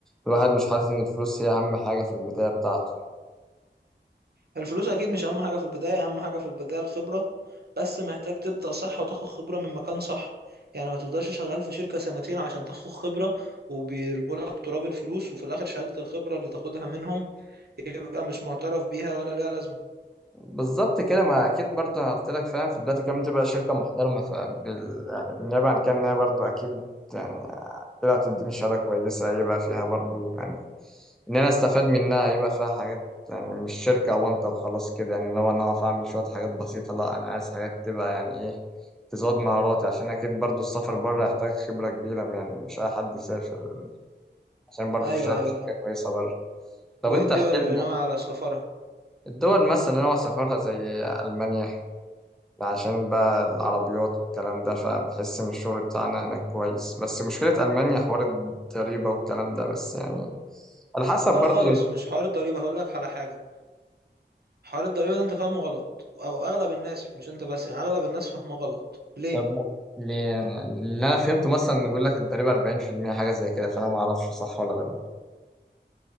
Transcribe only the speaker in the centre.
الواحد مش حاطط إن الفلوس هي أهم حاجة في البداية بتاعته
بالظبط كده ما اكيد برضه انا قلت لك فاهم في بدايه الكلام تبقى شركه محترمه فبال يعني بالنيابه عن كده إنها برضه اكيد يعني طلعت تديني شهاده كويسه يبقى فيها برضه يعني ان انا استفاد منها
يبقى فيها حاجات يعني مش شركه وانت وخلاص كده يعني لو انا اقف اعمل شويه حاجات بسيطه لا انا عايز حاجات تبقى يعني ايه تزود مهاراتي عشان اكيد برضه السفر بره يحتاج خبره كبيره يعني مش اي حد يسافر عشان برضه
تشتغل
في شركه
كويسه بره طب
انت
احكي لنا
الدول مثلا اللي انا سافرتها زي المانيا عشان بقى العربيات والكلام ده فبحس إن الشغل بتاعنا هناك كويس بس مشكلة ألمانيا حوار الضريبة والكلام ده بس يعني على حسب
برضو
طب م- ليه أنا اللي أنا فهمته مثلا إن بيقول لك الضريبة 40% حاجة زي كده فأنا ما أعرفش صح ولا غلط